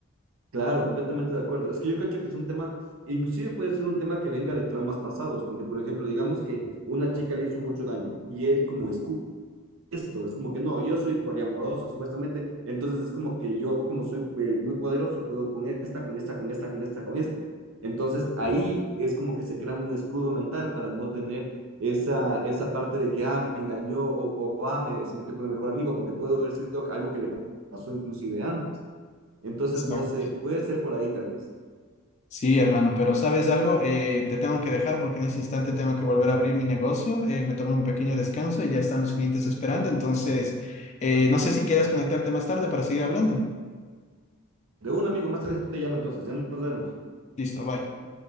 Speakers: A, on the right (about 70°); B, on the left (about 30°).
A: Claro, completamente de acuerdo. Es que yo cacho que es un tema, inclusive puede ser un tema que venga de traumas pasados, porque por ejemplo, digamos que una chica le hizo mucho daño y él como escucha esto, es como que no, yo soy poliamoroso supuestamente, entonces es como que yo como soy eh, muy poderoso puedo con esta, con esta, con esta, con esta, con esta. Entonces ahí es como que se crea un escudo mental para no tener esa, esa parte de que, ah, me engañó o, o ah, me, se metió con el mejor amigo, porque puede haber sido algo que le pasó inclusive antes. Entonces,
B: Exacto.
A: no sé, puede ser por ahí tal vez.
B: Sí, hermano, pero ¿sabes algo? Eh, te tengo que dejar porque en ese instante tengo que volver a abrir mi negocio. Eh, me tomé un pequeño descanso y ya están los clientes esperando. Entonces, eh, no sé si quieras conectarte más tarde para seguir hablando.
A: De un amigo, más tardecito te llamo entonces, ya nos vemos.
B: Listo, bye.